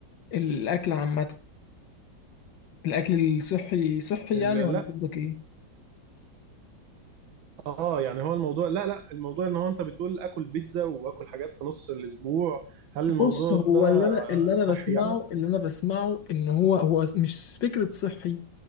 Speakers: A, on the left (about 70°); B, on the right (about 80°).
A: الاكل عامة الاكل الصحي صحي
B: ال-
A: يعني ولا
B: لا
A: قصدك ايه
B: اه يعني هو الموضوع لا لا الموضوع ان هو انت بتقول اكل بيتزا واكل حاجات في نص الاسبوع هل الموضوع
A: بص هو
B: ده
A: اللي انا اللي انا
B: صحي
A: بسمعه
B: يعني
A: اللي انا بسمعه ان هو هو مش فكره صحي